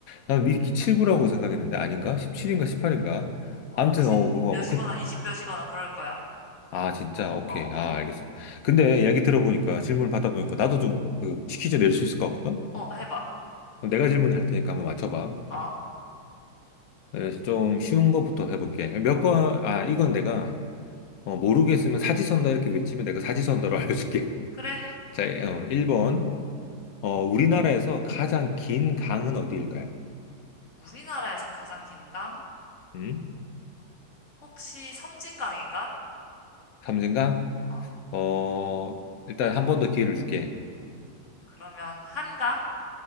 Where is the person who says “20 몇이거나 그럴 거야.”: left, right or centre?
Left